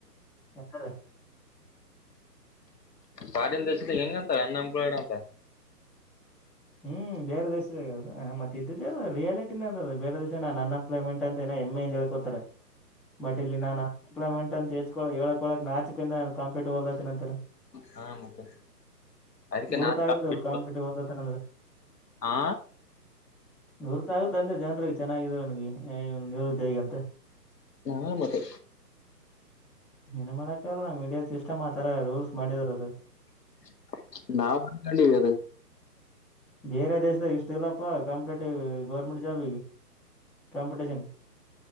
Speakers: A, in the centre; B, on the left.
A: ಯಾರ
B: ಪಾಡಿನ್ ದೇಶದ ಹೆಂಗಂತಾರೆ ಅನ್ಎಂಪ್ಲಾಯ್ಡ್ ಅಂತ
A: ಹ್ಮ್ ಬೇರೆ ದೇಶದ ಅ ಮತ್ತ ಇದ ಅದು ರಿಲಿಟಿನೇ ಅದ ಅದು ಬೇರೆ ದೇಶ ನ ಅನ್ ಅಪ್ಲೈಮೆಂಟ್ ಅಂತ ಏನ ಹೆಮ್ಮೆ ಇಂದ ಹೇಳ್ಕೋತಾರೆ ಬಟ್ ಇಲ್ಲಿ ನಾನ್ ಅನ್ ಎಂಪ್ಲಾಯ್ಮೆಂಟ್ ಅಂತ ಹೆಚ್ ಹೇಳಕಳಕ್ ನಾಚ್ ಅಂದ ಕಾಂಪ್ಲೀಟ್ಲತಿ <unintelligible> ನಂತರ <unintelligible>
B: ಹಾ ಮತ್ತೆ ಅದಕ್ಕೆ
A: ಗೊರ್ತ
B: ನಾನ್
A: ಆಗತಿವ್ರು
B: ಕಾಂಪಿಟೇಟಿವ್
A: ಕಾಮ್ ಕಟ್ಟ ದತ ಅಂದ್ರೆ
B: ಹಾ
A: ಗುರ್ತ ಆಗುತ್ತ ಅಂದೆ ಜನರ ಚೆನ್ನಾಗಿದ <unintelligible> ಅವನ್ಗೆವ ನಿವೃದ್ಧಿ ಹೇಗ ಅಂತ
B: ನಾ ಮತ್ತೆ
A: ಏನ್ ಮಾಡಕಲ್ಲ ನಾ ಮೀಡಿಯಾ ಸಿಸ್ಟಮ್ ಆತರ ರೂಲ್ಸ್ ಮಾಡಿರದು
B: <unintelligible> ನಾವುೊಂಡಿ ಅದ
A: ಬೇರೆ ದೇಶ್ದಾಗ ಇಷ್ಟು ಇಲ್ಲಪ್ಪ ಕಾಂಪಿಟೇಟಿವ್ ಗೌರ್ಮೆಂಟ್ ಜಾಬಿಗೆ ಕಂಪಿಟಷನ್